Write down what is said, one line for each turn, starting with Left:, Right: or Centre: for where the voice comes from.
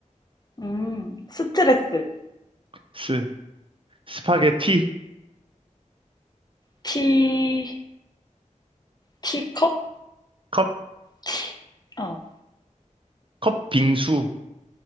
Left: 음, 스트레스.
Right: 스, 스파게티,
Left: 티, 티컵?
Right: 컵,
Left: 티, 어,
Right: 컵, 빙수.